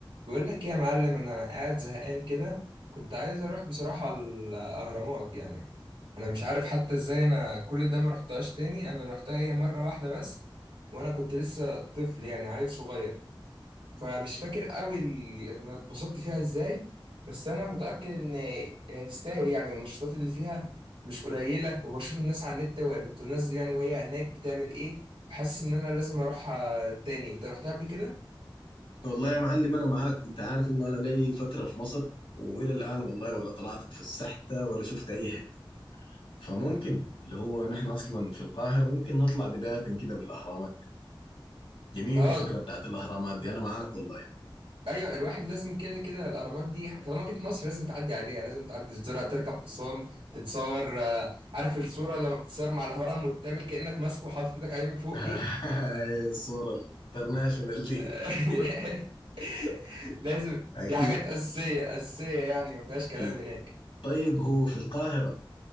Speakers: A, on the right; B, on the left.
A: بقول لك ايه يا معلم انا قاعد زهقان كده كنت عايز اروح بصراحة الاهرامات يعني انا مش عارف حتى ازاي انا كل ده ما رحتهاش تاني انا رحتها هي مرة واحدة بس وانا كنت لسه طفل يعني عيل صغير فمش فاكر قوي ال- انا اتبسطت فيها ازاي بس انا متأكد ان هي تستاهل يعني والنشاطات اللي فيها مش قليلة وبشوف الناس على النت وهي بتنزل يعني وهي هناك بتعمل ايه حاسس ان انا لازم اروحها تاني انت رحتها قبل كده
B: والله يا معلم انا معاك انت عارف انه انا لي فتره في مصر والى الان والله ولا طلعت اتفسحت ولا شفت اي حته فممكن اللي هو نحن اصلا في القاهره ممكن نطلع بدايه كده بالاهرامات جميله
A: اه
B: الفكره بتاعت الاهرامات دي انا معاك والله
A: ايوه الواحد لازم كده كده الاهرامات دي طالما جيت مصر لازم تعدي عليها لازم تعدي تزورها تركب حصان تتصور آه، عارف الصوره لما بتتصور مع الهرم وتعمل كانك ماسكه وحاطط ايدك عليه من فوق
B: <laughs>
A: دي
B: الصوره الانترناشونال دي
A: <laughs> لازم
B: <laughs>
A: دي
B: اكيد
A: حاجات اساسيه اساسيه يعني ما فيهاش كلام
B: اكيد
A: هناك
B: طيب هو في القاهره